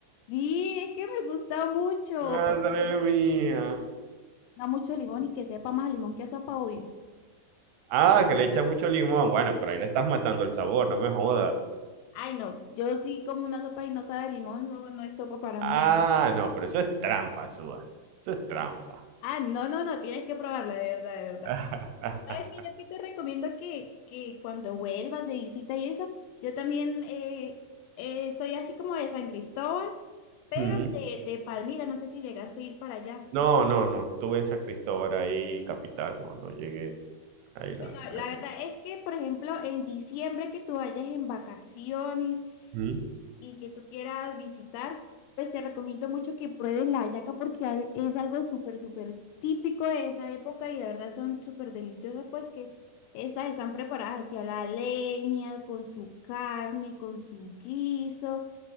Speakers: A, on the left; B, on the right.
A: Sí, es que me gusta mucho,
B: Madre
A: porque me
B: mía.
A: da mucho limón y que sepa más a limón que a sopa, obvio.
B: Ah, que le echa mucho limón. Bueno, pero ahí le estás matando el sabor, no me jodas.
A: Ay, no, yo sí como una sopa y no sabe a limón, no, no es sopa para
B: Ah,
A: mí.
B: no, pero eso es trampa, Suba. Eso es trampa.
A: Ah, no, no, no, tienes que probarla, de verdad, de verdad.
B: <laughs>
A: ¿Sabes qué? Yo aquí te recomiendo que, que cuando vuelvas de visita y eso, yo también eh, eh, soy así como de San Cristóbal, pero
B: Mm.
A: de, de Palmira, no sé si llegaste a ir para allá.
B: No, no, no. Estuve en San Cristóbal ahí, capital. No, no llegué a ir
A: Bueno,
B: a, a
A: la
B: eso.
A: verdad es que, por ejemplo, en diciembre que tú vayas en vacaciones
B: Mm.
A: y que tú quieras visitar, pues te recomiendo mucho que pruebes la hallaca porque al- es algo súper, súper típico de esa época y de verdad son súper deliciosas, pues que estas están preparadas hacia la leña, con su carne, con su guiso.